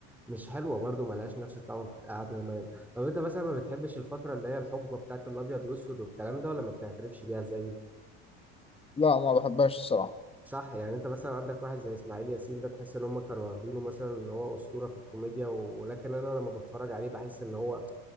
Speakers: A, in the centre; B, on the left.
A: مش حلوه برضه ملهاش نفس الطعم بتاع زمان طب انت مثلا ما بتحبش الفتره اللي هي الحقبه بتاعت الابيض واسود والكلام ده ولا ما بتعترفش بيها زي
B: لا ما بحبهاش الصراحه
A: صح يعني انت مثلا عندك واحد زي اسماعيل ياسين ده تحس ان هم كانوا واخدينه مثلا ان هو اسطوره في الكوميديا ولكن انا لما بتفرج عليه بحس ان هو